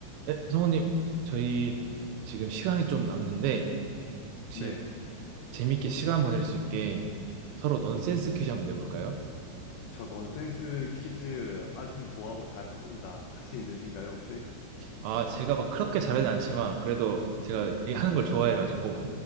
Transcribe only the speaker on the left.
네.
저 넌센스 퀴즈 아주 좋아하고 잘 합니다. 자신 있으신가요, 혹시?